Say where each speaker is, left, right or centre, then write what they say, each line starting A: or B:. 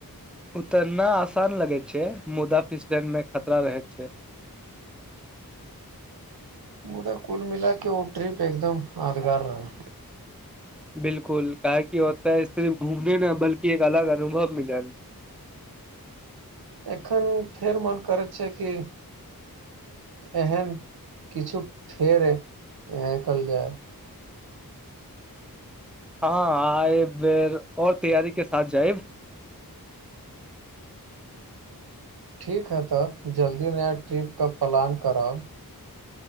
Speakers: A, in the centre; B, on the right.
A: उतरना आसान लगे छै मुदा फिसल न में खतरा रहै छै
B: मुदा कुल मिला के ओ ट्रिरिप एकदम यादगार रह
A: विल्कुल काहे की ओत सिर्फ घूमने न बल्की एक अलग अनुभव मिलल
B: एखन फेर मन करैत छै य कि एहन किछु फेर इकल जाए
A: हँ आए बैर और तैयारी के साथ जाइब
B: ठीक है तऽ जल्दी आइ ट्रिप का प्लान करब